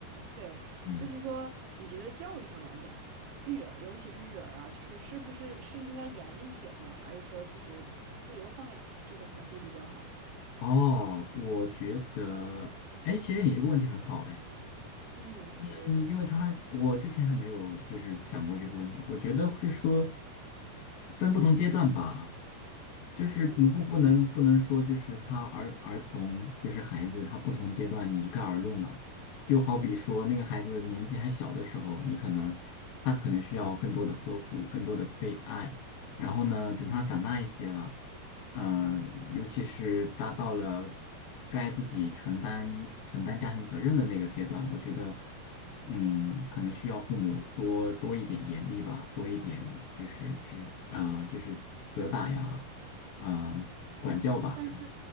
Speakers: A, on the right; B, on the left.
A: 对，
B: 嗯。
A: 就是说，你觉得教育上来讲，育儿，尤其是育儿啊，就是是不是是应该严厉一点呢？还是说就是自由放养这种的会比较好？
B: 哦，我觉得，哎，其实你这个问题很好，哎，
A: 嗯
B: 嗯，因为他我之前还没有就是想过这个问题，我觉得是说分不同阶段吧。就是你不不能不能说，
A: 嗯哼。
B: 就是他儿儿童就是孩子，他不同阶段你一概而论了。就好比说那个孩子年纪还小的时候，你可能他可能需要更多的呵护，更多的被爱。然后呢，等他长大一些了，嗯、尤其是达到了该自己承担承担家庭责任的那个阶段，我觉得，嗯，可能需要父母多多一点严厉吧，多一点就是指啊、就是责打呀。啊、管教吧，
A: 但是。
B: 可以，